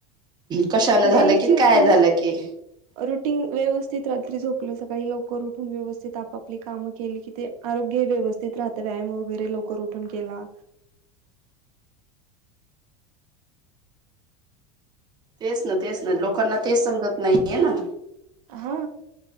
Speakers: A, on the right (about 25°); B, on the right (about 80°).
A: कशाानं झालं
B: डेलीची
A: कि काय
B: म्हणजे
A: झालं की
B: रुटीन व्यवस्थित रात्री झोपलं सकाळी लवकर उठून व्यवस्थित आपापली कामं केली कि ते आरोग्य हे व्यवस्थित राहतं व्यायाम वगैरे लवकर उठून केला.
A: तेच ना तेच
B: हॅलो
A: ना लोकांना तेच समजत नाहीये ना.
B: हा.